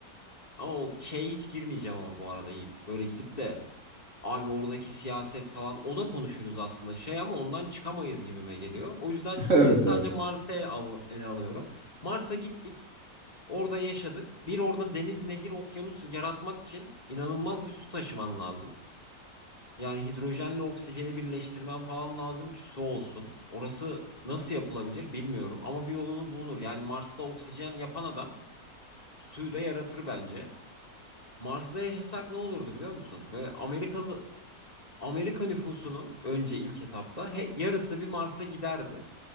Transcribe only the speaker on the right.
<laughs> Evet
evet.